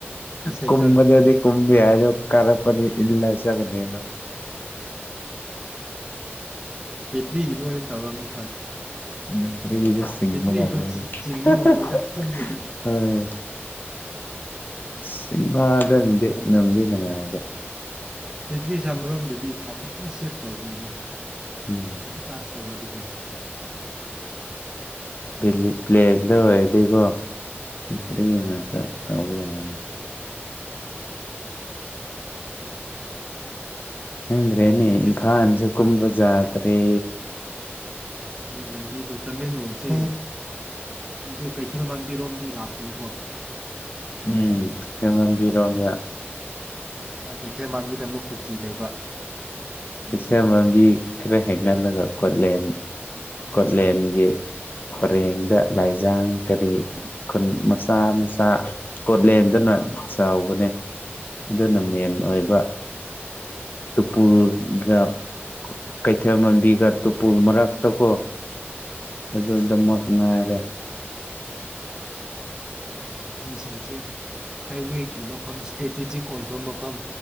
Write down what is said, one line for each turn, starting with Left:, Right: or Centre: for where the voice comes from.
Right: ꯁꯥꯏꯀꯜ
Left: ꯀꯨꯝꯕꯗꯗꯤ ꯀꯨꯝꯕ ꯌꯥꯏꯔꯣ ꯀꯔꯄꯗꯤ ꯏꯂꯥꯒ ꯆꯠꯀꯅꯤꯕ
Right: ꯕꯦꯇ꯭ꯔꯤꯒꯤꯗꯣ ꯑꯣꯏꯅ ꯇꯧꯔꯒꯅ
Left: ꯅꯠꯇ ꯁꯤ
Right: ꯕꯦꯇ꯭ꯔꯤꯁꯨ
Left: ꯉꯃꯣꯏꯗ
Right: ꯆꯤꯡꯕ
Left: ꯍ <unintelligible>
Right: ꯉꯝꯃꯣꯏꯗ ꯆꯤꯡꯗꯗꯤ
Left: ꯁꯤꯕꯥꯗꯗꯦ <unintelligible> ꯅꯨꯡꯗꯤ ꯅꯨꯡꯉꯥꯏꯗ
Right: ꯕꯦꯇ꯭ꯔꯤ ꯁ ꯑꯃꯔꯣꯝꯗꯗꯤ ꯊꯥꯎꯗꯤ ꯐꯖꯅ ꯁꯦꯞ ꯇꯧꯕꯅꯤ ꯍꯦ
Left: ꯎꯝ
Right: ꯆꯥꯔꯁ ꯇꯩꯔꯗꯤꯀꯣ
Left: ꯎꯝ ꯄ꯭ꯂꯦꯟꯗ ꯑꯣꯏꯔꯗꯤꯀꯣ ꯕꯦꯇ꯭ꯔꯤ
Right: ꯎꯝ
Left: ꯉꯥꯛꯇ ꯇꯧꯕ ꯌꯥꯕꯅꯦ ꯍꯡꯗꯦ ꯇꯦꯅꯦ
Right: ꯍꯦꯛ
Left: ꯏꯝꯐꯥꯜꯁꯨ ꯀꯨꯝꯕ ꯥ ꯖꯥ ꯇꯔꯦ
Right: ꯅꯪ ꯂꯝꯕꯤꯗꯨ ꯇꯃꯦꯡꯂꯣꯡꯁꯦ ꯑꯗꯨ ꯀꯩꯊꯦꯜ ꯃꯥꯟꯕꯤꯔꯣꯝꯗꯩ ꯂꯥꯛꯄꯅꯤꯀꯣ
Left: ꯎꯝ ꯀꯩꯊꯦꯜ ꯃꯥꯟꯕꯤꯔꯣꯝꯗ
Right: ꯀꯩꯊꯦꯜ ꯃꯥꯟꯕꯤꯗ ꯑꯃꯨꯛ ꯀꯨꯀꯤ ꯂꯩꯕ
Left: ꯀꯋꯦꯜ ꯃꯥꯟꯕꯤ ꯈꯔ ꯍꯦꯟꯒꯠꯂꯒ ꯀꯣꯠꯂꯦꯟ ꯀꯣꯠꯂꯦꯟꯒꯤ ꯄꯔꯦꯡꯗ ꯂꯥꯏꯖꯥꯡ ꯀꯔꯤ ꯈꯨꯟ ꯃꯆꯥ ꯃꯆꯥ
Right: ꯎꯝ
Left: ꯀꯣꯠꯂꯦꯟꯗꯨꯅ ꯆꯥꯎꯕꯅꯦ ꯑꯗꯨꯅ ꯃꯦꯟ
Right: ꯎꯝ
Left: ꯑꯣꯏꯕ ꯇꯨꯄꯨꯜꯒ
Right: ꯎꯝ
Left: ꯀꯩꯊꯦꯜ ꯃꯟꯕꯤꯒ ꯇꯨꯄꯨꯜ ꯃꯔꯛꯇꯀꯣ ꯑꯗꯨꯗꯃꯛ ꯉꯥꯏꯔꯦ
Right: ꯀꯨꯀꯤꯁꯤꯡꯁꯦ ꯍꯥꯏꯋꯦꯒꯤ ꯃꯐꯝ ꯏꯁꯇ꯭ꯔꯦꯇꯦꯖꯤꯛ ꯑꯣꯏꯕ ꯃꯐꯝ